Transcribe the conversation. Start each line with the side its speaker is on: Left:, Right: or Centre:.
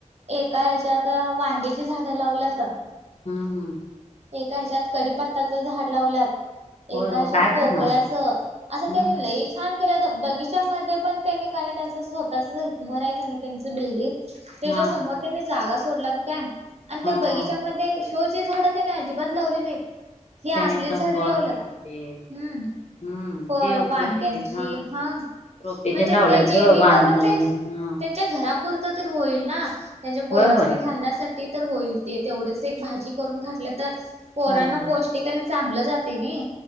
Right: एका ह्याच्यात वांग्याची झाडं लावल्यात.
Left: हम्म हम्म.
Right: एका ह्याच्यात कडीपत्ताचं झाड लावल्यात.
Left: होय
Right: एकायेच्यात
Left: मग काय
Right: पोकळ्याचं.
Left: करणार
Right: असं
Left: हम्म
Right: त्यांनी लई छान बगिचमध्ये पण त्यांनी काय त्यांच स्वतःच घर आहे का नाही त्यांच बिल्डिंग. त्याच्या
Left: हा
Right: समोर त्यानी जागा सोडलात काय. आणि
Left: हा
Right: त्या बगीच्यामध्ये
Left: हा
Right: शो ची झाडं त्याने अजिबात लावली नाहीत. हे
Left: त्याने
Right: असलीच
Left: असं
Right: झाडे
Left: फळ
Right: लावल्यात.
Left: फळांचे
Right: हम्म.
Left: हम्म
Right: होय
Left: जे उपयोगी
Right: वांग्यांची
Left: आहेत
Right: हा.
Left: रोपे
Right: म्हणजे
Left: तेन लावल्यात
Right: ते जेणे
Left: ग वांगी
Right: करून
Left: हा
Right: तेन च्या घरापुरत तर होईल ना. त्यांच्या पोरासनी
Left: होय होय
Right: घालण्यासाठी. होईल ते. तेवढच एक भाजी करून घातलं तर पोराना
Left: होय होय
Right: पोष्ट टीक आणि चांगलं जाते नी.